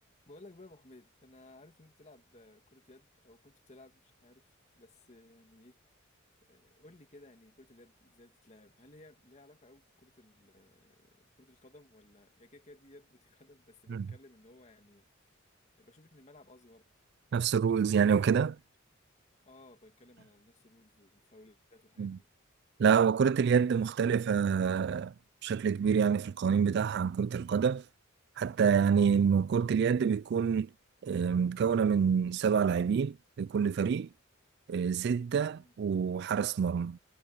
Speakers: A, on the left (about 35°); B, on the right (about 55°).
A: بقول لك بقى يا ابو حميد انا عارف ان انت بتلعب كرة يد او كنت بتلعب مش عارف بس يعني ايه آه، قول لي كده يعني كرة اليد ازاي بتتلعب هل هي ليها علاقة قوي بكرة ال آه، بكرة القدم ولا هي كده كده دي يد ودي قدم بس بتكلم
B: مم.
A: ان هو يعني بشوف ان الملعب اصغر
B: نفس الرولز
A: مش عارف
B: يعني
A: ايه
B: وكده
A: بتاع يعني. اه بتكلم على نفس الرولز والفاولات والحاجات
B: مم.
A: دي
B: لا هو كرة اليد مختلفة بشكل كبير يعني في القوانين بتاعها عن كرة القدم حتى يعني إنه
A: امم
B: كرة اليد بتكون آه، متكونة من سبع لاعبين لكل فريق آه، ستة
A: امم
B: وحارس مرمى